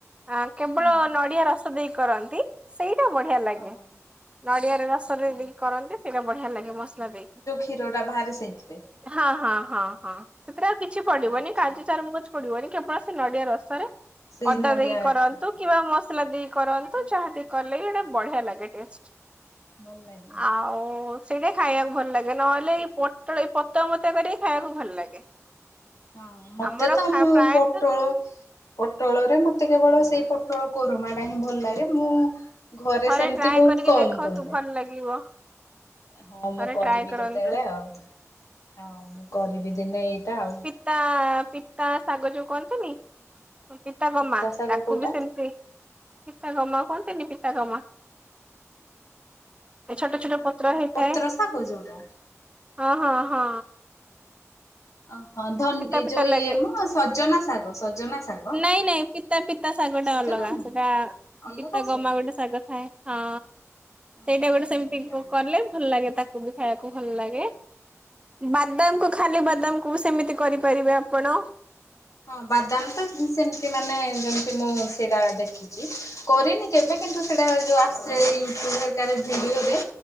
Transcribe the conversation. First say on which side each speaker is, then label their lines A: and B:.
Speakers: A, on the right; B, on the left.
A: ଆ କେବଳ
B: ହୁଁ
A: ନଡିଆ ରସ ଦେଇ କରନ୍ତି। ସେଇଟା ବଢିଆ ଲାଗେ,
B: ଓହୋ
A: ନଡିଆରେ ରସରେ
B: ଓ
A: ଦେଇ କରନ୍ତି ସେଇଟା ବଢିଆ ଲାଗେ ମସଲା ଦେଇକି।
B: କ୍ଷୀରଟା ବାହାରେ ସେଇଥିରେ।
A: ହଁ ହଁ ହଁ ହଁ ସେଥିରେ ଆଉ କିଛି ପଡିବନି
B: ଆଚ୍ଛା
A: କାଜୁ ଚାରୁମଗଜ ପଡିବନି କେବଳ ସେ ନଡିଆ ରସରେ
B: ସେଇ
A: ଅଦା
B: ନଡିଆ
A: ଦେଇକି କରନ୍ତୁ
B: କ୍ଷୀରରେ
A: କିମ୍ବା ମସଲା ଦେଇକି କରନ୍ତୁ। ତ ଯାହାବି କଲେ ସେଇଟା ବଢିଆ ଲାଗେ ଟେଷ୍ଟ
B: ଭଲ ଲାଗେ
A: ଆଉ ସେଇଟା ଖାଇବାକୁ ଭଲ ଲାଗେ ନହେଲେ ଏଇ ପୋଟଳ ଏଇ ପତଳା ମତା କରିକି ଖାଇବାକୁ ଭଲ ଲାଗେ।
B: ହଁ ମତେ
A: ଆମର
B: ତ
A: ପ୍ରାୟତଃ
B: ମୁଁ ପୋଟଳ ପୋଟଳରେ ମତେ କେବଳ ସେଇ ପୋଟଳ କୋରମା ଟା ହିଁ ଭଲ ଲାଗେ ମୁଁ ଘରେ
A: ଥରେ
B: ସେମିତି
A: ଟ୍ରାଏ
B: ବହୁତ
A: କରିକି
B: କମ
A: ଦେଖନ୍ତୁ
B: କରାଯାଏ।
A: ଭଲ ଲାଗିବ।
B: ହଁ
A: ଥରେ
B: ମୁଁ କରିବି
A: ଟ୍ରାଏ କରନ୍ତୁ।
B: କେତେବେଳେ ଆଉ ହଁ ମୁଁ କରିବି ଦିନେ ଏଇଟା ଆଉ।
A: ତା ପିତା ଶାଗ ଯୋଉ କୁହନ୍ତୁନି। ପିତା ଗମା
B: ଇତା ଶାଗ
A: ତାକୁ
B: କୋଉଟା?
A: ବି ସେମିତି ପିତା ଗମା କୁହନ୍ତିନି ପିତା ଗମା। ଛୋଟ
B: କେଜାଣି
A: ଛୋଟ ପତ୍ର ହେଇଥାଏ।
B: ଶାଗ ଯୋଉଟା।
A: ହଁ ହଁ ହଁ।
B: ଅ ହ ଧନ
A: ପିତା
B: ଏ
A: ପିତା
B: ଯୋଉ ଇଏମ
A: ଲାଗେ।
B: ସଜନା ଶାଗ ସଜନା ଶାଗ।
A: ନାଇଁ ନାଇଁ ପିତା ପିତା ଶାଗଟା
B: ସଜନା
A: ଅଲଗା
B: ନୁହଁ
A: ସେଟା
B: ଅଲଗା
A: ପିତା ଗମା
B: ସେଟା
A: ଗୋଟେ ଶାଗ ଥାଏ। ହଁ
B: ଓହୋ
A: ସେଇଟା ଗୋଟେ ସେମିତି
B: ମୁଁ ଜାଣିନି
A: କଲେ
B: ତାହେଲେ।
A: ଭଲ ଲାଗେ ତାକୁ ଖାଇବାକୁ ଭଲ ଲାଗେ ବାଦାମକୁ ଖାଲି ବାଦାମକୁ ସେମିତି କରିପାରିବେ ଆପଣ।
B: ହଁ ବାଦାମ ତ ସେମିତି ମାନେ ଯେମିତି ମୁଁ ସେଟା ଦେଖି କରିନି କେବେ କିନ୍ତୁ ସେଟା ଯୋଉ ଆସେ ୟୁଟ୍ୟୁବ୍ ହେରିକା ଭିଡିଓରେ